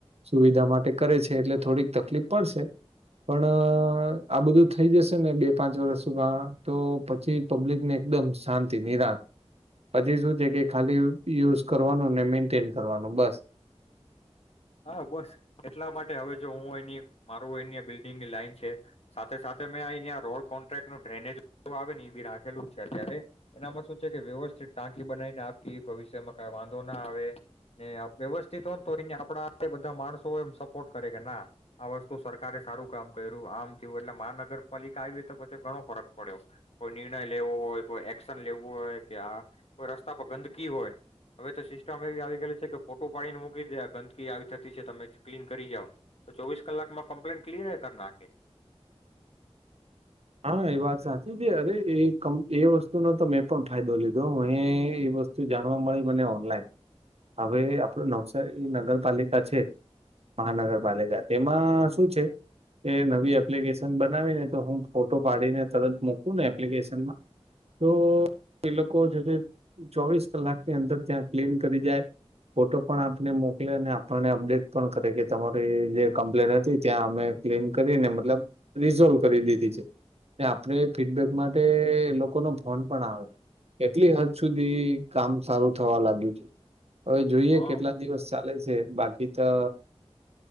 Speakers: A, on the right; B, on the left.
A: સુવિધા માટે કરે છે એટલે થોડીક તકલીફ પડશે પણ આ બધું થઈ જશે ને બે પાંચ વર્ષમાં તો પછી પબ્લિક ને એકદમ શાંતિ નિરાત પછી શું છે કે ખાલી યુઝ કરવાનું ને મેન્ટેન કરવાનું બસ.
B: હા, બસ એટલા માટે હવે જો હું એની મારું અહીંયા બિલ્ડીંગની લાઈન છે સાથે સાથે મેં અહીંયા રોડ કોન્ટ્રાક્ટનું ડ્રેનેજ આવે ને એ બી રાખેલું જ છે અત્યારે એનામાં શું છે કે વ્યવસ્થિત ટાંકી બનાઈને આપી ભવિષ્યમાં કઈ વાંધો ના આવે ને વ્યવસ્થિત હો તો અહીંયા આપણા એ બધા માણસો એમ સપોર્ટ કરે કે ના આ વસ્તુ સરકારે સારું કામ કર્યું આમ થયું એટલે મહાનગરપાલિકા આવી તો પછી ઘણો ફરક પડ્યો કોઈ નિર્ણય લેવો હોય કોઈ એક્શન લેવું હોય કે આ કોઈ રસ્તા પર ગંદકી હોય હવે તો સિસ્ટમ એવી આવી ગલી છે કે ફોટું પાડીને મૂકી દેવ આ ગંદકી આવી થતી છે તમે ક્લીન કરી જાવ તો ચોવીસ કલાકમાં કમ્પ્લેન ક્લિયર એય કર નાખે.
A: હા એ વાત સાચી છે. અરે એ એ વસ્તુનો તો મેં પણ ફાયદો લીધો હ એ વસ્તુ જાણવા મળી મને ઓનલાઈન હવે આપણે નવસારી નગરપાલિકા તા છે મહાનગરપાલિકા તેમાં શું છે કે એ નવી એપ્લિકેશન બનાવીને તો હું ફોટો પાડીને તરત મોકું ને એપ્લિકેશનમાં તો એ લોકો જોજે ચોવીસ કલાક ની અંદર ત્યાં ક્લીન કરી જાય ફોટો પણ આપને મોકલે અને આપણને અપડેટ પણ કરે કે તમારી જે કમ્પ્લેન હતી ત્યાં અમે ક્લીન કરીને મતલબ રીઝોલ્વ કરી દીધી છે. આપણે ફીડબેક માટે એ લોકોનો ફોન પણ આવે એટલી હદ સુધી કામ સારું થવા લાગ્યું છે. હવે જોઈએ
B: હા
A: કેટલા દિવસ ચાલે છે બાકી તો